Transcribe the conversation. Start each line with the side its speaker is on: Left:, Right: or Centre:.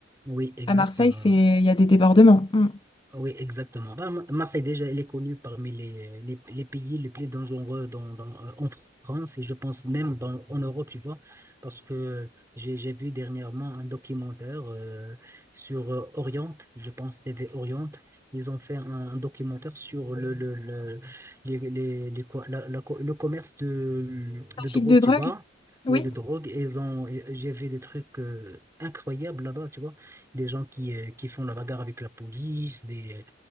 Right: Oui, exactement.
Left: À Marseille, c'est, il y a des débordements. Mm.
Right: Oui, exactement. Ben, Mar- Marseille, déjà, elle est connue parmi les, les, les pays les plus dangereux dans, dans, euh, en France et je pense même dans, en Europe, tu vois, parce que j'ai, j'ai vu dernièrement un documentaire euh, sur euh, Orient, je pense TV Orient. Ils ont fait un, un documentaire sur le, le, le, les, les, les co- la- la co- le commerce de,
Left: Trafic
Right: de drogue,
Left: de drogue?
Right: tu vois.
Left: Oui.
Right: Oui, de drogue. Et Ils ont, et j'ai vu des trucs euh, incroyables là-bas, tu vois des gens qui, euh, qui font la bagarre avec la police, des,